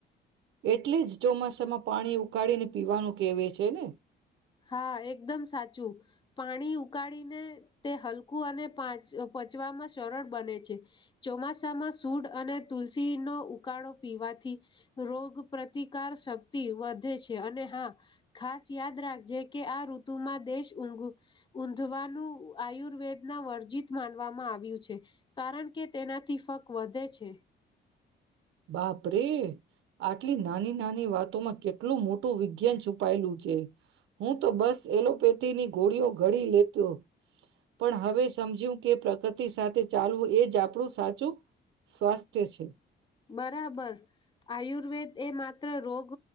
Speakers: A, on the right; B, on the left.
A: એટલે જ ચોમાસામાં પાણી ઉકાળીને પીવાનું કેવે છે ને
B: હા એકદમ સાચું પાણી ઉકાળીને તે હલકું અને પાચ પચવામાં સરળ બને છે ચોમાસામાં સૂડ અને તુલસીનો ઉકાળો પીવાથી રોગ પ્રતિકાર શક્તિ વધે છે અને હા ખાસ યાદ રાખ જે કે આ ઋતુમાં દેશ ઊઘ ઊંધવાનું આયુર્વેદના વર્જિત માનવામાં આવ્યું છે કારણ કે તેનાથી ફક વધે છે.
A: બાપરે આટલી નાની નાની વાત માં કેટલું મોટું વિજ્ઞાન છુપાયેલું છે હું તો બસ એલોપેથીની ગોળીઓ ગળી લેતો પણ હવે સમજ્યું કે પ્રકૃતિ સાથે ચાલવું એજ આપણું સાચું સ્વાસ્થ્ય છે.
B: બરાબર આયુર્વેદ એ માત્ર રોગ